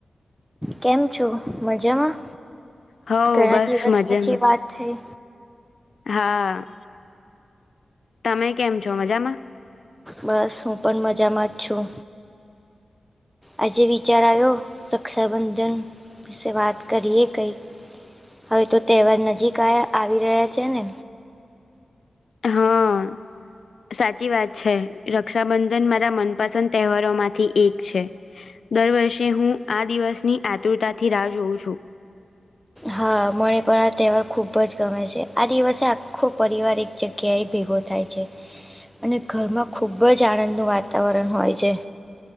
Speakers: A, in the centre; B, on the left (about 65°).
A: કેમ છું મજામાં
B: હો
A: ઘણા
B: બસ
A: દિવસ
B: મજામાં
A: પછી વાત થઈ
B: હા તમે કેમ છો મજામાં
A: બસ હું પણ મજામાં જ છું આજે વિચાર આવ્યો રક્ષાબંધન પ વાત કરીએ કઈ હવે તો તહેવાર નજીક આવી રહ્યા છે ને
B: હા સાચી વાત છે, રક્ષાબંધન મારા મનપસંદ તહેવારોમાંથી એક છે. દર વર્ષે હું આ દિવસની આતુરતાથી રાહ જોઉં છું.
A: હા મને પણ આ તહેવાર ખૂબ જ ગમે છે, આ દિવસે આખો પરિવાર એક જગ્યાએ ભેગો થાય છે, અને ઘરમાં ખૂબ જ આનંદનું વાતાવરણ હોય છે.